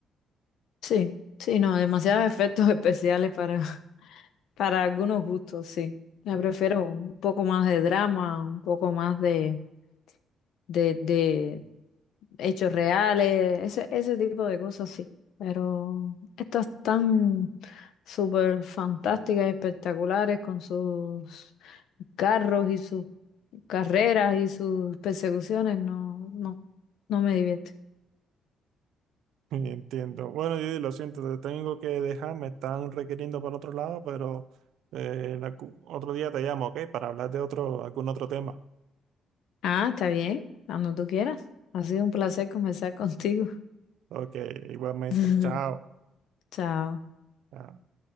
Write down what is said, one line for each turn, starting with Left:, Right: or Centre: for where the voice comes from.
Left: Sí, sí, no, demasiados efectos especiales para, <laughs> para algunos gustos, sí. Me
Right: ¿sí?
Left: prefiero un poco más de drama, un poco más de, de, de hechos reales, ese, ese tipo de cosas, sí. Pero estas tan súper fantásticas, espectaculares, con sus carros y sus carreras y sus persecuciones, no, no, no me divierte.
Right: <laughs> Entiendo. Bueno, yo lo siento, te tengo que dejar, me están requiriendo para otro lado, pero eh, en algún- otro día te llamo, ¿ok? Para hablar de otro, algún otro tema.
Left: Ah, está bien, cuando tú quieras. Ha sido un placer conversar contigo.
Right: Ok, igualmente.
Left: <laughs>
Right: Chao.
Left: Chao.
Right: Chao.